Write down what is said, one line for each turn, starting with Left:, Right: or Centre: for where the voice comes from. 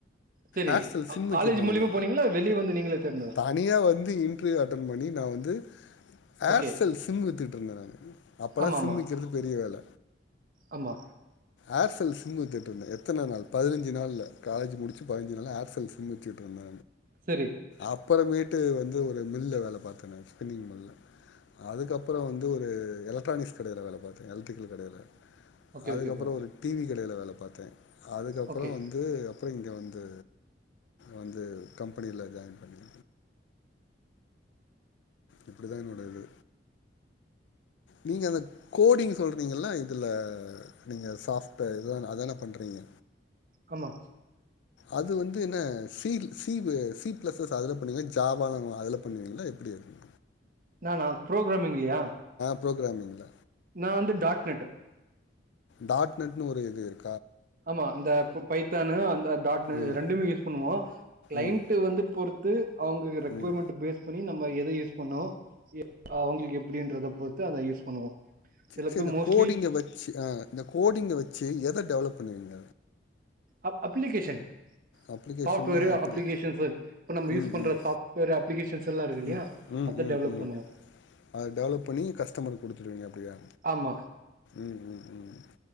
Right: சேரி
Left: ஏர்சல் சிம் விக்க
Right: காலேஜ்
Left: போனங்க
Right: மூலியமா போனீங்களா வெளிய வந்து நீங்களே தேடுனதா
Left: தனியா வந்து இன்டர்வியூ அட்டன் பண்ணி நா வந் து ஏர்
Right: ஓகே
Left: செல் சிம் வித்துட்டு இருந்த நானு அப்பல்லா
Right: ஆமா ஆமா
Left: சிம் விக்குறது பெரிய வேல
Right: ஆமா
Left: ஏர் செல் சிம் வித்துட்டு இருந்த எத்தன நாள் பதினஞ்சு நாள்ல காலேஜ் முடுச்சு பதினஞ்சு நாள்ல ஏர் செல் சிம் வித்துட்டு இருந்த
Right: சரி
Left: அப்புறோமேட் விட்டு வந்து ஒரு மில்ல வேல பாத்த நானு ஸ்பின்னிங் மில்ல அதுக்கப்புறோ வந்து ஒரு எலக்ட்ரானிக்ஸ் கடையில வேல பாத்த எலக்ட்ரிக்கல் கடையில
Right: ஓகே
Left: அதுக்கப்புறோ
Right: ஓகே ஃப்ரோ
Left: ஒரு டிவி காடையில வேல பாத்த அதுக்கப்புறோ
Right: ஓகே
Left: வந்து அப்புறோ இங்க வந் து வந்து கம்பெனில ஜாயின் பண்ணி இப்புடிதா என்னோடது நீங்க அந்த கோடிங் சொல்றீங்கள இதுல நீங்க சாஃப்ட் வேர் இதான அதான பண்றீங்க
Right: ஆமா
Left: அது வந்து என்ன C C C plus plus அதுல பண்ணுவீங்களா ஜவால்லா இருக்குல அதுல பண்ணுவீங்களா எப்டி இருக்கு
Right: நானா புரோகுராமிங் இல்லையா
Left: புரோகுராமிங்ள
Right: நா வந்து டாட் நெட்டு
Left: டாட் நெட்னு ஒரு இது இருக்
Right: ஆமா இந்த பைத்தானு அந்த டாட் நெட்
Left: ம்
Right: ரெண்டுமே யூஸ் பண்ணுவோ கிளைண்ட்டு
Left: ம்
Right: வந்து பொறுத் து அவங்கக்கு ரெக்கொயர்மெண்ட்
Left: ம்
Right: பேஸ் பண்ணி நீ நம்ம எத யூஸ் பண்ணோ அவங்களுக்கு எப்டின்றத பொறுத்து அத யூஸ் பண்ணுவோ சில
Left: சேரி
Right: பேர்
Left: இந்த
Right: மோஸ்ட்லி
Left: கோடிங்க வெச்சு ஆ இந்த கோடிங்க வெச் சு எத டெவலப் பண்ணுவீங்க
Right: அப் அப்ளிகேஷன்
Left: அப்ளிகேஷன்னா
Right: சாஃப்ட்வேரு
Left: எப்புடி
Right: அப்ளிகேஷன்ஸ் இப்ப நம்ம யூஸ்
Left: ம்
Right: பண்ற
Left: ம்
Right: சாஃப்ட்வேர் அப்ளிகேஷன்ஸ் எல்லா இருக்கு இல்லையா
Left: ம் ம்
Right: அத
Left: ம்
Right: டெவலப்
Left: ம்
Right: பண்ணுவோ
Left: அத டெவலப் பண்ணி கஸ்டமருக்கு குடுத்துருவீங்க அப்டியே
Right: ஆமா
Left: ம் ம் ம்